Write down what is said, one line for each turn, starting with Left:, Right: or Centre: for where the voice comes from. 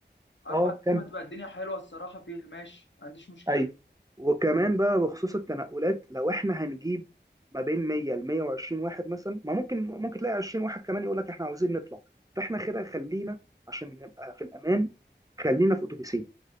Left: اربع
Right: اه كم
Left: نجوم هتبقى الدنيا حلوه الصراحه فيه ماشي ما عنديش مشكله
Right: اي وكمان بقى بخصوص التنقلات لو احنا هنجيب ما بين 100 ل 120 واحد مثلا ما ممكن ممكن تلاقي 20 واحد كمان يقول لك احنا عاوزين نطلع فاحنا كده خلينا عشان نبقى في الامان خلينا في اتوبيسين